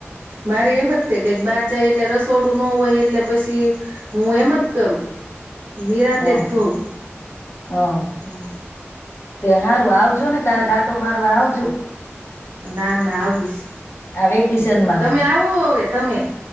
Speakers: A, on the right; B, on the left.
A: મારે એમ જ તે કે બાર જાય એટલે રસ તોડું નો હોય એટલે પસી હું એમ જ કરું. નિરાતે
B: હા
A: ધોવુ.
B: હા
A: હમ.
B: તે હારૂ આવજો ને કારેક આંટો મારવા આવજો.
A: ના ના આવીશ.
B: આ વેકેશનમાં
A: તમે આવો હવે તમે.